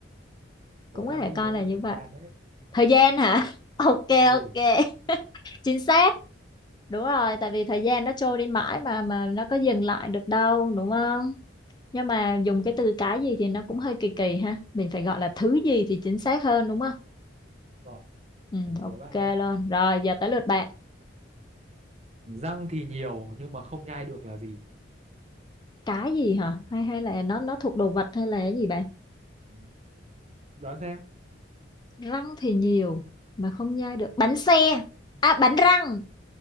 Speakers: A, on the right; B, on the left.
A: tớ
B: cũng có
A: đang
B: thể
A: nghĩ
B: coi
A: đấy
B: là
A: là
B: như
A: thời
B: vậy
A: gian đấy
B: thời gian hả <laughs> ok
A: ừ
B: ok chính xác đúng rồi tại vì thời gian nó trôi đi mãi mà mà nó có dừng lại được đâu đúng không nhưng mà dùng cái từ cái gì thì nó cũng hơi kỳ kỳ ha mình phải gọi là thứ gì thì chính xác hơn đúng không
A: rồi
B: ừ,
A: để mình
B: ok
A: đố bạn nhé
B: luôn rồi giờ tới lượt bạn
A: răng thì nhiều nhưng mà không nhai được là gì
B: cái gì hả hay hay là nó nó thuộc đồ vật hay là cái gì bạn
A: Ừ, đoán xem
B: răng thì nhiều mà không nhai được bánh xe à bánh răng